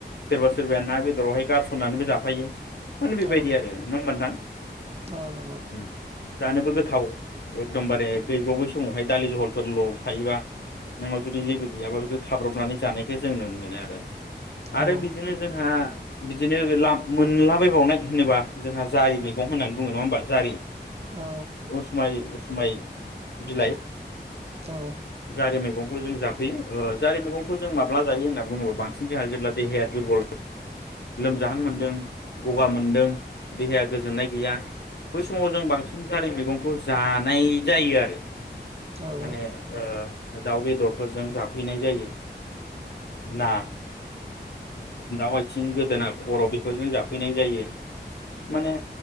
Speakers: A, on the left; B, on the right.
A: सोरबा-सोरबाया ना बेदर आवहाय गारस ननानैबो जाफायो। माने बेबायदि
B: औ
A: आरो नङा होमबा नोंथां?
B: औ नंगौ
A: उम जानोबो गो थाव एकडमबारे गैबावबायसो समावहाय दालि जहलफोरल' थायोबा नोंनाव जुदि जेबो गैयाबा बेखौ खाब्रबनानै जानायखो जों नुनो मोनो आरो। आरो
B: औ
A: बिदिनो जोंहा बि दिनो मोनलाबायबावनाय होनोबा जोंहा जारि मैगं होननानै बुङो नङा होमबा जारि। उसुमाय
B: औ
A: उसुमाय, बिलाइ
B: औ
A: जारि मैगंखौ जों जाफैयो ओ जारि मैगंखौ जों माब्ला जायो होनना बुङोबो बांसिन जोंहा जेब्ला देहाया दुरबल लोमजाहां मोनदों। गगा मोनदों देहाया गोजोननाय गैया। बै समाव जों बांसिन जारि मैगं। खौ जानाय जायो आरो।
B: औ
A: <inaudible> माने ओ दाउ बेदरफोरजों जाफैनाय जायो। ना दाउ आथि गोदोना खर' बेफोरजों जाफैनाय जायो माने